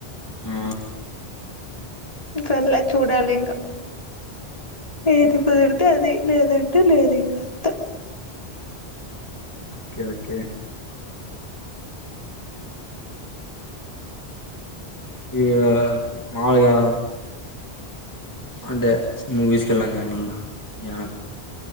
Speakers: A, on the left; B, on the left.
A: ఆ
B: వెల్ల చూడాలి ఇంకా
A: ఓకే
B: ఏది కుదిరితే అది లేదంటే లేదు ఇక
A: ఓకే ఓకే ఇ మాలుగా అంటే మూవీస్కి వెళ్ళాం కానీ ఏ